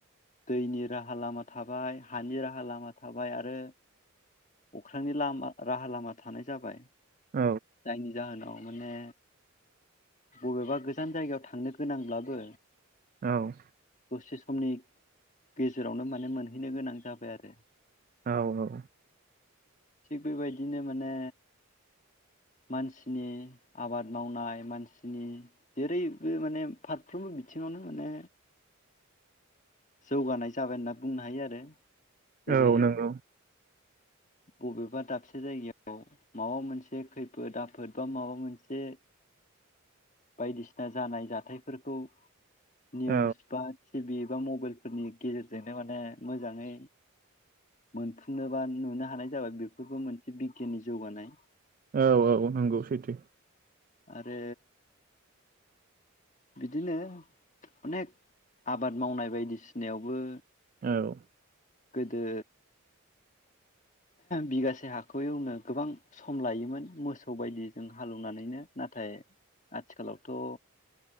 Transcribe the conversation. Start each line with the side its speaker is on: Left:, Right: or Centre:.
Left: दैनि राहा लामा थाबाय हानि राहा लामा थाबाय आरो अख्रांनिलामा राहा लामा थानाय जाबाय।
Right: औ
Left: जायनि जाहोनाव माने बबेबा गोजान जायगायाव थांनो गोनांब्लाबो
Right: औ
Left: दसे समनि गेजेरावनो माने मोनहैनो गोनां जाबाय आरो
Right: औ औ।
Left: थिग बेबायदिनो माने मानसिनि आबाद मावनाय मानसिनि जेरैबो माने फारफ्रोमबो बिथिङावनो माने जौगानाय जाबाय होनना बुंनो हायो आरो जेरै
Right: औ नंगौ।
Left: बबेबा दाबसे जायगायाव माबा मोनसे खैफोद आफोद बा माबा मोनसे बायदिसिना जानाय जाथायफोरखौ निउस
Right: औ
Left: बास टि बि बा मबाइल फोरनि गेजेरजोंनो माने मोजाङै मोनफुंनोबा नुनो हानाय जाबाय बेफोरबो मोनसे बिगियाननि जौगानाय।
Right: औ औ नंगौ सैथो।
Left: आरो बिदिनो अनेक आबाद मावनाय बायदिसिन फिनायावबो
Right: औ।
Left: गोदो बिगासे हाखौ एवनो गोबां सम लायोमोन मोसौ बायदिजों हालेवनानैनो नाथाय आथिखालावथ'